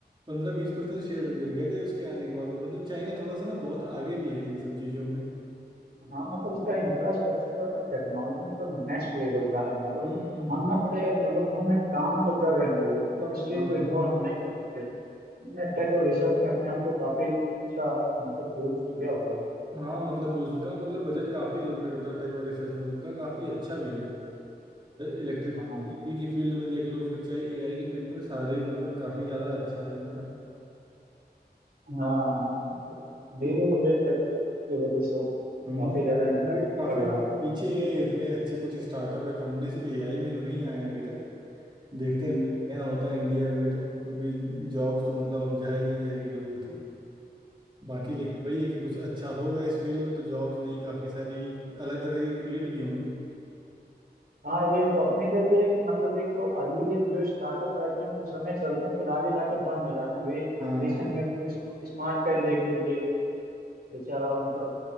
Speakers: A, on the right; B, on the right.
A: पंद्रह बीस परसेंट शेयर गिर गए थे उसके आने के बाद मतलब चाइना थोड़ा सा ना बहुत आगे भी है इन सब चीज़ों में
B: हाँ मतलब उसका इंफ्रास्ट्रक्चर और टेक्नोलॉजी मतलब नेक्स्ट लेवल का है मतलब
A: हम्म
B: मानना पड़ेगा कि मतलब उन्होंने काम तो कर रहे हैं वो लोग मतलब इस चीज
A: हाँ
B: को इग्नोर हम नहीं कर सकते उन्होंने टेक और रिसर्च में अपने आप को काफी अच्छा मतलब प्रूव किया हुआ है
A: हाँ मतलब उनका मतलब बजट काफ़ी एलोकेट होता है टेक और रिसर्च में उनका काफ़ी अच्छा भी है इलेक्ट्रिक
B: हाँ
A: ईवी की फील्ड में देख लो फिर चाहे एआई की फील्ड में सारे ही मतलब काफ़ी ज़्यादा अच्छा है उनका
B: हाँ हाँ धीरे
A: तो
B: धीरे टेक की वजह से
A: हम्म
B: काफी ज्यादा इम्पैक्ट
A: अभी तो काफ़ी
B: पड़ रहा है
A: पीछे है इतने अच्छे कुछ स्टार्टअप या कंपनीज एआई में तो नहीं आए अभी तक देखते
B: हम्म,
A: हैं कुछ बढ़िया होता है इंडिया में भी तो क्योंकि जॉब्स तो मतलब अब जाएगी जाएगी लोगों की
B: हम्म।
A: बाकी लेकिन वही है कि कुछ अच्छा होगा इस फील्ड में तो जॉब्स नहीं काफी सारी अलग तरह की क्रिएट भी होंगी
B: हाँ ये तो अपने इधर ही है कि मतलब एक तो अर्ली एज जो स्टार्टअप रहते हैं कुछ समय चलते हैं फिर आगे जाके बंद हो जाते हैं अभी
A: हाँ
B: रिसेंट में ब्लू स्मार्ट का ही देख लीजिए बेचारा मतलब